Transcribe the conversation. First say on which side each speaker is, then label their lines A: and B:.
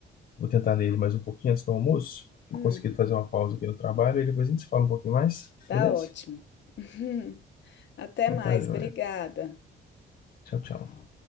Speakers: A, on the left; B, on the left.
A: vou tentar ler ele mais um pouquinho antes do almoço, que
B: Hum,
A: eu consegui fazer uma pausa aqui no trabalho, e depois a gente se fala um pouquinho mais,
B: tá
A: beleza?
B: ótimo. <laughs> Até
A: Então
B: mais,
A: tá, joia.
B: obrigada.
A: Tchau, tchau.